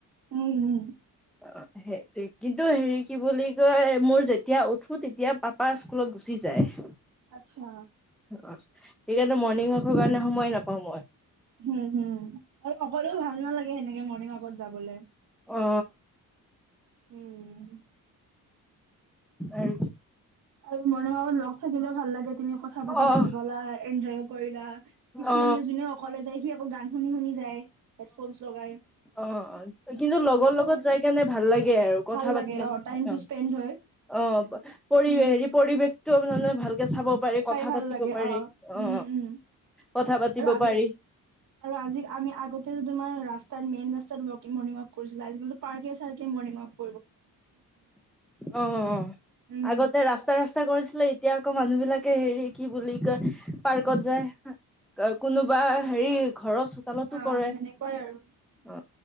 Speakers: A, on the right (about 55°); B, in the centre.
A: উম উম
B: অ সেইটে কিন্তু হেৰি কি বুলি কয় মোৰ যেতিয়া উঠো তেতিয়া পাপা স্কুলত গুচি জাৰ
A: আচ্ছা
B: ঠিক আছে মৰ্ণিং ৱাক কাৰণে সময়ে নাপাওঁ মই
A: হম হুম আৰু অকলেও ভাল নালাগে সেনেকে মৰ্ণিং ৱাকত যাবলে
B: অ
A: উম।
B: আৰু
A: আৰু মনে ভত লগ থাকিলেও ভাল লাগে তুমি কথা পাতি
B: অ
A: পাতি গ'লা এনজয় কৰিলা কিছুমানে
B: অ
A: যোনে অকলে যায় সি আকৌ গান শুনি শুনি যায় হেডফোনচ লগাই।
B: অ', অ' কিন্তু লগৰ
A: সেনেকুৱা
B: লগত
A: আৰু
B: যাই কেনে ভাল লাগে আৰু কথা
A: ভাল লাগে
B: পাতি কেনে
A: টাইমটো
B: অ'।
A: স্পেণ্ড হয়
B: অ', পৰি
A: উম
B: হেৰি পৰিৱেশটো মানে ভাল চাব পাৰে
A: চাই
B: কথা
A: ভাল
B: পাতিব
A: লাগে
B: পাৰে
A: অ
B: অ
A: উম উম
B: কথা পাতিব
A: আৰু আজি
B: পাৰি
A: আৰু আজিিকাল আমি আগতে যদি তমাৰ ৰা্তাত মেইন ৰাস্তাত ৱকং মৰ্ণং ৱাক কৰিছিলো আজালি প্কে চাৰ্ক মৰ্িং ৱক
B: অ অ অ
A: উম
B: আগতে ৰাস্তা ৰাস্তা চেষ্টা কৰিছিলে এতিয়া আকৌ মানুহ বিলাকে হেৰি কি বুলি কয় পাৰ্কত যায় কোনোবা হেৰি ঘৰৰ চোতালতো
A: অ
B: কৰে
A: সেনেকুৱাই আৰু
B: অ